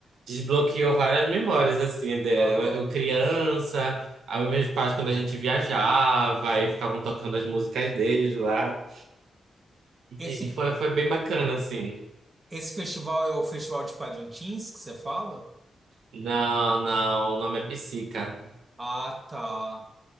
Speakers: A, on the right (about 85°); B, on the right (about 30°).
A: Desbloqueou várias memórias, assim, de- eu,
B: Aham.
A: eu criança, aí meus pais quando a gente viajava, aí ficavam tocando as músicas deles lá.
B: Esse,
A: E foi, foi bem bacana, assim.
B: esse festival é o Festival de Parintins que você fala?
A: Não, não, o nome é Psica.
B: Ah, tá.